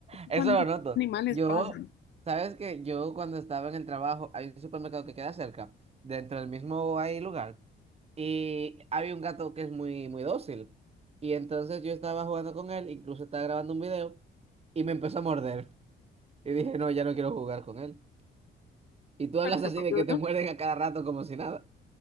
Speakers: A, on the right (about 30°); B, on the left (about 60°).
A: Eso
B: Cuando
A: lo
B: los
A: noto.
B: animales
A: Yo,
B: pasan,
A: sabes que yo cuando estaba en el trabajo, hay un supermercado que queda cerca, dentro del mismo hay lugar, y había un gato que es muy, muy dócil. Y entonces yo estaba jugando con él, incluso estaba grabando un video, y me empezó a morder. Y dije, no, ya no quiero jugar con él. Y tú hablas
B: ¿súper
A: así de que te
B: duro?
A: muerden a cada rato como si nada.